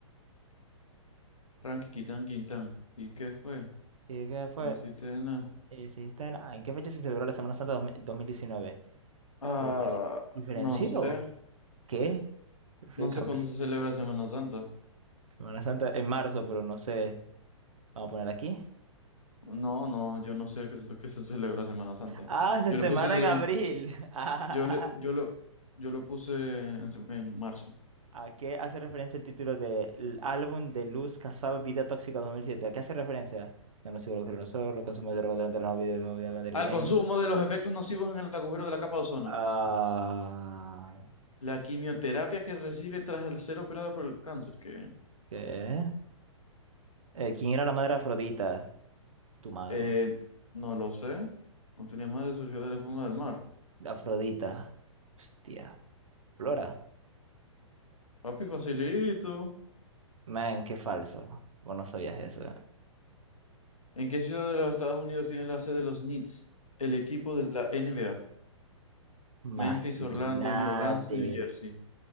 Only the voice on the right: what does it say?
¿y ¿qué fue?
Eh, si está en, ah, ¿en qué fecha se celebró la Semana Santa dos- mil- 2019?
Porque diferenció.
¿Qué? Se
cambió.
Semana Santa en marzo, pero no sé. Vamos a poner aquí.
Ah, se
semana
en abril.
<laughs>
¿A qué hace referencia el título del álbum de Luz Casal Vida Tóxica 2007? ¿A qué hace referencia? No, no soy los nosotros, los consumidores rodeantes de la vida de movida madrileña.
Ah,
¿qué? Eh, ¿quién era la madre de Afrodita? Tu madre.
Afrodita. Hostia. Flora.
Man, qué falso. Vos no sabías eso.
Imagínate.